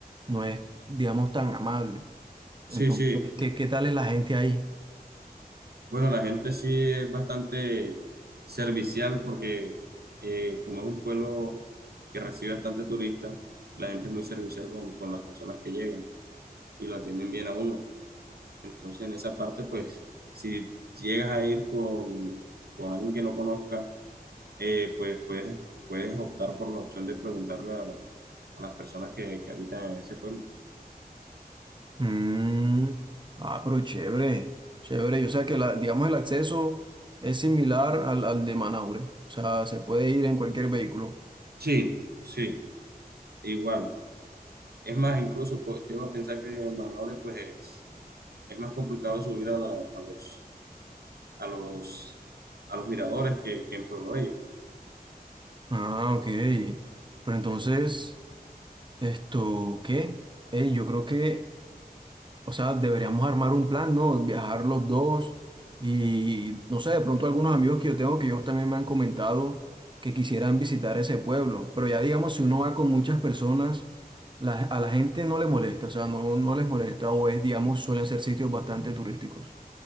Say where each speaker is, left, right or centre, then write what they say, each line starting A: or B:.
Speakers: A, on the right; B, on the right.
A: no es, digamos, tan amable.
B: Sí,
A: Entonces,
B: sí.
A: ¿qué, qué tal es la gente ahí?
B: Bueno, la gente sí es bastante servicial porque eh, como es un pueblo que recibe bastante turistas, la gente es muy servicial con, con las personas que lleguen y lo atienden bien a uno. Entonces, en esa parte, pues, si llegas a ir con, con alguien que no conozca, eh, pues puedes, puedes optar por la opción de preguntarle a, la- a las personas que, que habitan en ese pueblo.
A: Mm, ah, pero chévere, chévere. Yo sé que la, digamos el acceso es similar al, al de Manaure. O sea, se puede ir en cualquier vehículo.
B: Sí, sí, igual. Es más, incluso pues, llego a pensar que Manaure, pues... es más complicado subir a, la- a los, a los, a los miradores que, que en Pueblo Bello.
A: Ah, ok. Pero entonces, esto, ¿qué? Ey, yo creo que O sea, deberíamos armar un plan, ¿no? Viajar los dos y, no sé, de pronto algunos amigos que yo tengo que ellos también me han comentado que quisieran visitar ese pueblo. Pero ya digamos, si uno va con muchas personas, la- a la gente no le molesta, o sea, no, no les molesta o es, digamos, suelen ser sitios bastante turísticos.